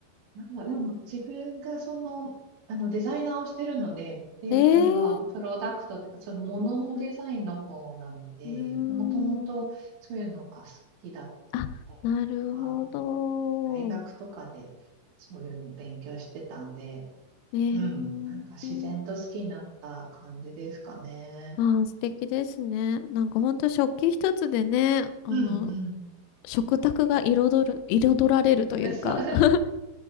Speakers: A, on the right; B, on the left.
A: なんだ、でも自分がその、あのデザイナーをしてるので、で、
B: えー、
A: あの、プロダクトというか、そのもののデザインの方なので、
B: うん、うん、
A: もともとそういうのが好きだっ
B: うーんあ、
A: たりとか、
B: なるほど。
A: 大学とかでそういうのを勉強してたんで、
B: ええ
A: うん、なんか自然と好きになった感じですかね。
B: ー、ああ、素敵ですね。なんかほんと食器一つでね、あの、
A: うんうん。
B: 食卓が彩る、彩られるというか。
A: <laughs> そう、
B: <laughs>